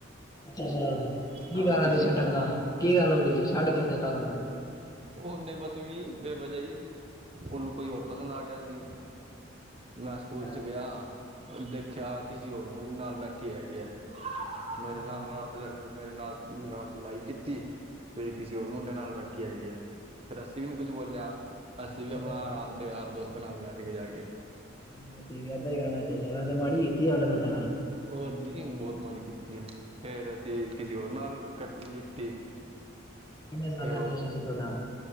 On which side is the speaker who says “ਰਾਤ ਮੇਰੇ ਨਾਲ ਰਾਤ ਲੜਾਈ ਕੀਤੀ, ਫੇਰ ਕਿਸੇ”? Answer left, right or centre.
Right